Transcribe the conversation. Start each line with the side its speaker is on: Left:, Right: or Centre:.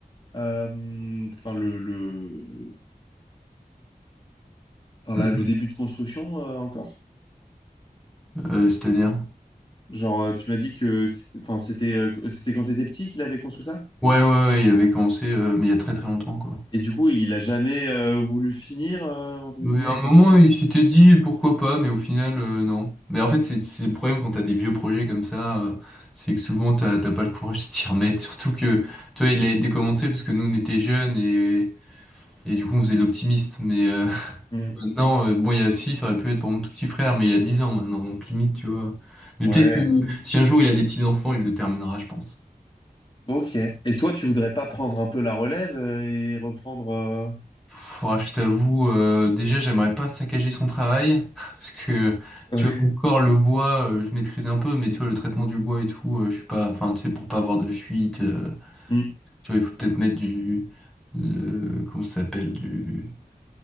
Left: euh, enfin le le enfin
Centre: le-
Left: là, le début de construction euh, encore.
Centre: euh, c'est-à-dire.
Left: Genre euh, tu m'as dit que c'est- enfin c'était euh, c'était quand t'étais petit qu'il avait construit ça
Centre: Ouais, ouais, ouais, il avait commencé, euh, mais il y a très très longtemps, quoi.
Left: et du coup il a jamais euh, voulu finir euh, entre
Centre: Mais
Left: guillemets
Centre: à
Left: la
Centre: un
Left: construction.
Centre: moment, il s'était dit pourquoi pas, mais au final, euh, non. Mais en fait, c'est c'est le problème quand t'as des vieux projets comme ça, euh, c'est que souvent t'as t'as pas le courage de t'y remettre. <laughs> Surtout que toi, il a été commencé parce que nous, on était jeunes et, et, du coup, on faisait de l'optimiste. Mais euh, <laughs>
Left: Hmm.
Centre: maintenant, euh, bon, il y a six, ça aurait pu être pour mon tout petit frère, mais il a 10 ans maintenant, donc limite, tu vois. Mais
Left: Ouais,
Centre: peut-être que si un jour il a des petits-enfants, il le terminera, je pense.
Left: ok. Et toi, tu voudrais pas prendre un peu la relève euh, et reprendre euh,
Centre: Pff, ah, je t'avoue, euh, déjà, j'aimerais pas saccager son travail, <laughs> parce que, tu
Left: Ouais.
Centre: vois, encore le bois, euh, je maîtrise un peu, mais tu vois, le traitement du bois et tout, euh, je sais pas, enfin, tu sais, pour pas avoir de fuite, euh,
Left: Hmm.
Centre: tu vois, il faut peut-être mettre du, euh, comment ça s'appelle, du,